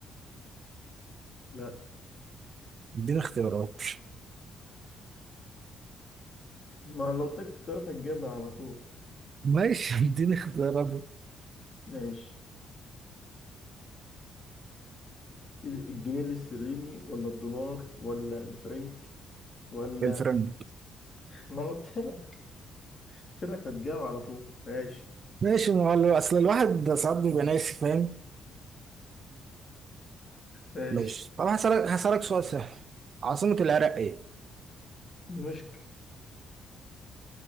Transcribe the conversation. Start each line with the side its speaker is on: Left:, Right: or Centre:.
Left: لا
Right: اديني اختيارات
Left: ما لو اديتك اختيارات هتجيبها على طول
Right: ماشي <laughs> اديني اختيارات
Left: ماشي الجنيه الاسترليني ولا الدولار ولا الفرنك ولا
Right: الفرنك
Left: ما انا قلت لك قلت لك هتجاوب على طول ماشي
Right: ماشي ما هو ال- اصل الواحد ده ساعات بيبقى ناسي فاهم
Left: ماشي
Right: ماشي طب هسألك هسألك سؤال سهل عاصمة العراق ايه؟
Left: دمشق